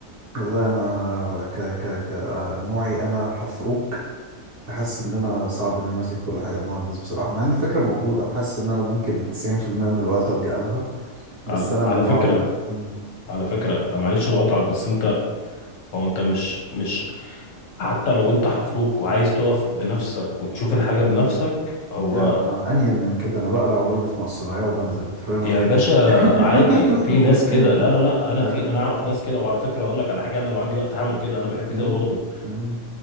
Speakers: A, on the right; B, on the left.
A: والله انا ك ك ك نوعي انا حفروك حاسس ان انا صعب ان انا اسيب كل حاجه المهندس بصراحه مع ان الفكره موجوده وحاسس ان انا ممكن 90% من الوقت الجا لها بس
B: على
A: انا من
B: على
A: النوع
B: فكره
A: اللي مم.
B: على فكره آه، معلش بقاطعك بس انت هو انت مش مش حتى لو انت حفروك وعايز تقف بنفسك وتشوف الحاجه بنفسك هو
A: لا انا انيل من كده انا بقلع وبلبس مع الصنايعيه وبنزل انت فاهم انا
B: يا
A: فين
B: باشا
A: <laughs>
B: عادي في ناس كده لا لا لا انا
A: آه.
B: في انا اعرف ناس كده وعلى فكره هقول لك على حاجه انا لو عندي وقت هعمل كده انا بحب
A: مم.
B: كده برضو
A: مم.